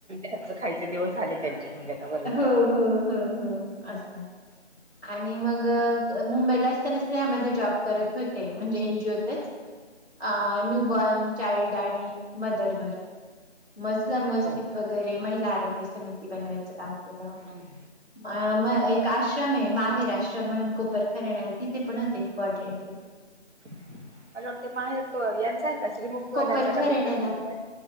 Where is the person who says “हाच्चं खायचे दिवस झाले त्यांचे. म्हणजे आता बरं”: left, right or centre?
Right